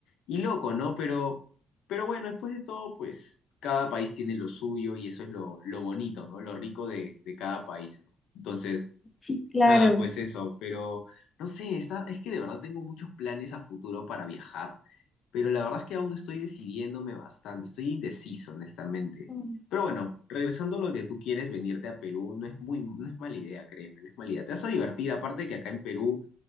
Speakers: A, on the left; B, on the left.
A: y loco, ¿no? Pero... Pero bueno, después de todo, pues cada país tiene lo suyo y eso es lo, lo bonito, ¿no? Lo rico de, de cada país, ¿no? Entonces,
B: Sí, claro.
A: nada, pues eso, pero no sé, está, es que de verdad tengo muchos planes a futuro para viajar, pero la verdad es que aún estoy decidiéndome bastante, estoy indeciso, honestamente.
B: <laughs>
A: Pero bueno, regresando a lo que tú quieres, venirte a Perú no es muy, no es mala idea, créeme, no es mala idea. Te vas a divertir, aparte que acá en Perú